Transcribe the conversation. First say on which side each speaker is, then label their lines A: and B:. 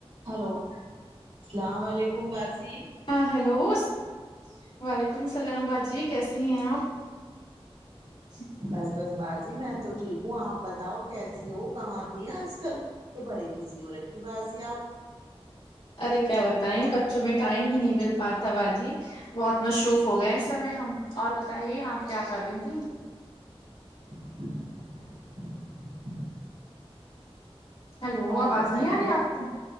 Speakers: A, on the right (about 80°); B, on the left (about 60°).
A: hello سلام و علیکم باجی
B: ہاں ہلوس وعلیکم السلام باجی کیسی ہیں آپ <unintelligible>
A: بس بس باجی میں تو ٹھیک ہوں آپ بتاؤ کیسی ہو کہاں تھی آج کل تو بڑی بزی ہو رکھی باجی آپ
B: ارے کیا بتائیں بچوں میں ٹائم ہی نہیں مل پاتا باجی بہت مصروف ہو گئے اس سمے ہم اور بتائیے آپ کیا کر رہی تھیں
A: <inaudible>
B: ہیلو
A: اور
B: آواز
A: بتائیگا
B: نہیں آ رہی آپ کو